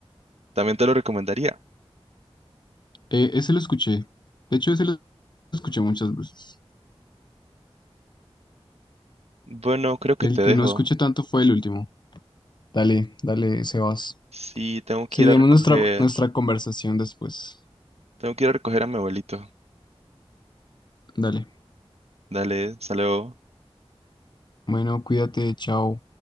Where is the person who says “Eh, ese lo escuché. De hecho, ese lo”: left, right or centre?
Left